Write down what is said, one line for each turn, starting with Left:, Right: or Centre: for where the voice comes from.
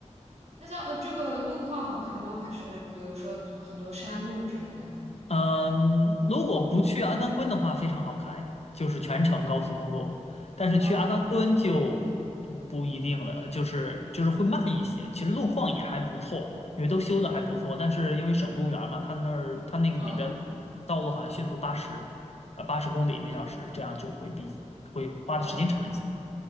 Right: 那像呃，这个路况好开吗？还是比如说很多山路之类的？
Left: 嗯，如果不去阿甘昆的话，非常好开，就是全程高速公路。但是去阿甘昆就不不一定了，
Right: 嗯
Left: 就是就是会慢一些。其实路况也还不错，因为都修的还不错。但是因为省公园儿嘛，它那儿它那个里边
Right: 嗯
Left: 道路好像限速八十，呃，八十公里每小时，这样就会比会花的时间长一些
Right: 嗯，